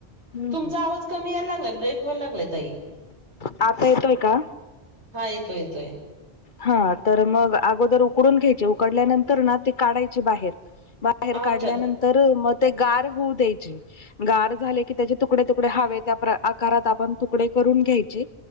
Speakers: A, on the left (about 50°); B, on the right (about 85°).
A: हम्
B: तुमचा आवाज कमी यायला लागला ब्रेक व्हाय लागलाय ताई.
A: आता येतोय का?
B: हा येतो येतोय.
A: हा तर मग अगोदर उकडून घ्यायची, उकडल्यानंतर ना ती काढायची बाहेर बा हेर
B: अच्छा
A: काढल्यानंतर मग, ते गार होऊ द्यायची. गार झाले की, त्यांचे तुकडे तुकडे हवे त्या आकारात आपण तुकडे करून घ्यायचे.